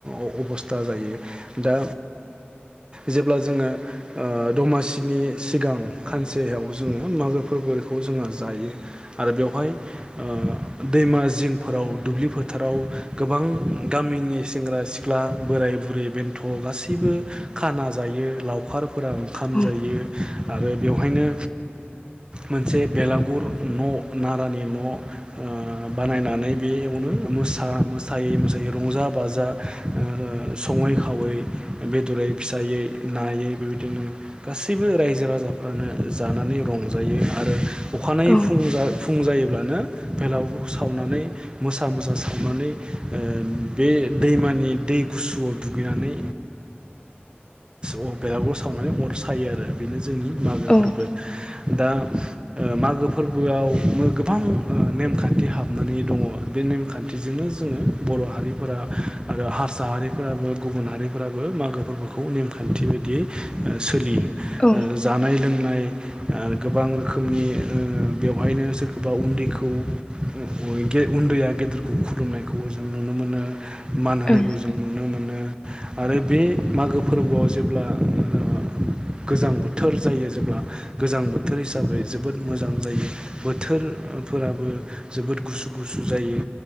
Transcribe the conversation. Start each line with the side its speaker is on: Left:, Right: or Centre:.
Right: अ-अबस्था जायो दा जेब्ला जोङो ओ दमासिनि सिगां खानसेयाव जोङो मागो फोरबोखौ जोङो जायो आरो बेवहाय ओ दैमा जिंफोराव दुब्लि फोथाराव गोबां गामिनि सेंग्रा सिख्ला, बोराइ बुरै बेन्थ गासैबो खाना जायो लावखार फोरा ओंखाम
Left: औ
Right: जायो आरो बेवहायनो मोनसे बेलागुर न नारानि न ओ बानायनानै बेयावनो मोसा मोसायै मोसायै रंजा बाजा ओ सङै खावै बेदरै फिसायै नायै बेबायदिनो गासैबो रायजो राजा फ्रानो जानानै रंजायो आरो अखानायै
Left: औ
Right: फुं जा फुं जायोब्लानो बेलागुरखौ सावनानै मोसा मोसा सावनानै ओ बे दैमानि दै गुसुआव दुगैनानै ओ <unintelligible> बेलागुर सावनानै अर सायो आरो बेनो जोंनि मागोफोरबो
Left: ओं
Right: दा ओ मागो फोरबोआव मो गोबां ओ नेमखान्थि हाबनानै दङ बे नेमखान्थिजोंनो जोङो बर हारिफोरा आरो हारसा हारिफोराबो गुबुन हारिफोराबो मागो फोरबोखौ नेमखान्थि बायदियै ओ सोलियो।
Left: औ
Right: जानाय लोंनाय ओ गोबां रोखोमनि ओ बेवहायनो सोरखौबा उन्दैखौ बय गे उन्दैया गेदेरखौ खुलुमनायखौ जों नुनो मोनो। मान होनायखौ
Left: औ
Right: जों नुनो मोनो। आरो बे मागो फोरबोआव जेब्ला ओ गोजां बो थोर जायो जेब्ला गोजां बोथोर हिसाबै जोबोद मोजां जायो बोथोर फोराबो जोबोद गुसु गुसु जायो